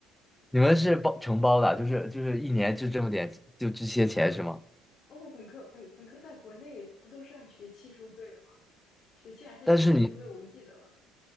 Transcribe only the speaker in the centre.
你们是包承包的，就是就是一年就这么点，就这些钱是吗？
但是你